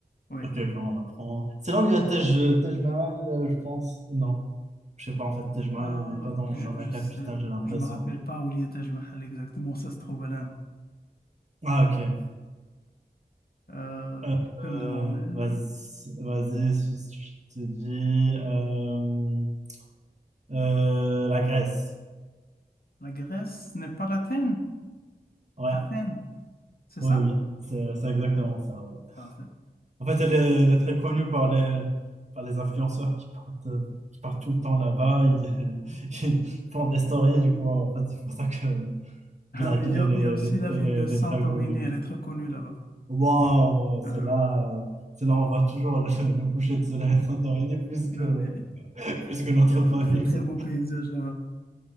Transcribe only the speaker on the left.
Oui.
Euh,
je,
je
sais,
je me rappelle pas où il y a Taj Mahal exactement, ça se trouve à l'Inde.
Euh,
tu peux
me demander,
la Grèce n'est pas l'Athènes?
Athènes, c'est
ça?
Parfait.
Ah
oui,
il y
a,
il y a aussi
la
ville
de
Santorini,
elle est très connue là-bas.
Ah
oui.
Non, mais
il y a de
très très
beaux paysages là-bas.